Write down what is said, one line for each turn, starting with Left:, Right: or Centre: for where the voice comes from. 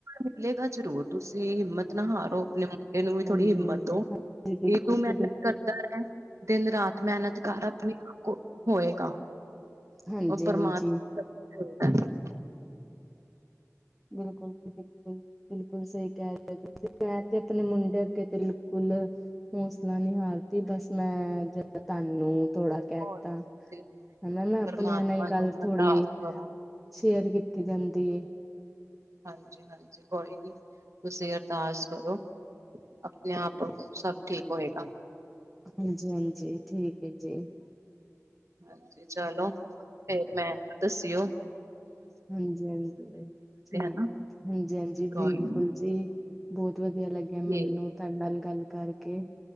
Right: ਮਿਲੇਗਾ ਜਰੂਰ ਤੁਸੀਂ ਹਿੰਮਤ ਨਾ ਹਾਰੋ ਆਪਣੇ ਮੁੰਡੇ ਨੂੰ ਵੀ
Centre: ਹਾਂਜੀ
Right: ਥੋੜ੍ਹੀ ਹਿੰਮਤ
Centre: ਹਾਂਜੀ
Right: ਦੋ।
Centre: ਹਾਂਜੀ ਬਿਲਕੁਲ
Right: ਇਹ ਤੂੰ ਮਿਹਨਤ
Centre: ਜੀ ਬਿਲਕੁਲ
Right: ਕਰਦਾ ਹੈਗਾ ਦਿਨ ਰਾਤ ਮਿਹਨਤ ਕਰ ਆਪਨੀ ਕੋ ਹੋਏਗਾ।
Centre: ਹਾਂਜੀ
Right: ਉਹ ਪਰਮਾਤ
Centre: ਹਾਂਜੀ
Right: <unintelligible>
Centre: ਬਿਲਕੁਲ ਜੀ ਬਿਲਕੁਲ। ਬਿਲਕੁਲ ਸਹੀ ਕਹਿ ਰਹੇ ੳ ਤੁਸੀਂ ਮੈਂ ਤੇ ਆਪਣੇ ਮੁੰਡੇ ਅੱਗੇ ਤੇ ਬਿਲਕੁਲ ਹੌਸਲਾ ਨਹੀਂ ਹਾਰਦੀ ਬਸ ਮੈਂ ਜ ਤੁਹਾਨੂੰ ਥੋੜਾ ਕਹਿ
Right: ਹੋਰ ਤੁਸੀਂ
Centre: ਤਾ ਹਨਾ ਨਾ
Right: ਪਰਮਾਤਮਾ
Centre: ਆਪਣਿਆਂ ਨਾਲ ਹੀ ਗੱਲ
Right: ਨੂੰ ਅਰਦਾਸ
Centre: ਥੋੜ੍ਹੀ
Right: ਕਰੋ
Centre: ਸ਼ੇਅਰ ਕੀਤੀ ਜਾਂਦੀ ਏ।
Right: ਹਾਂਜੀ-ਹਾਂਜੀ ਕੋਈ ਨੀ ਤੁਸੀ ਅਰਦਾਸ ਕਰੋ। ਆਪਣੇ ਆਪ ਸਭ ਠੀਕ ਹੋਏਗਾ।
Centre: ਹਾਂਜੀ-ਹਾਂਜੀ ਠੀਕ ਐ ਜੀ।
Right: ਹਾਂਜੀ ਚਲੋ ਫੇਰ ਮੈਂ ਦਸੀਓ।
Centre: ਹਾਂਜੀ-ਹਾਂਜੀ ਠੀਕ
Right: ਹਨਾ
Centre: ਹਾਂਜੀ-ਹਾਂਜੀ
Right: ਕੋਈ
Centre: ਬਿਲਕੁਲ ਜੀ। ਬੌਤ ਵਧੀਆ ਲੱਗਿਆ ਮੈਨੂੰ
Right: ਠੀਕ
Centre: ਤੁਹਾਡੇ ਨਾਲ ਗੱਲ ਕਰਕੇ।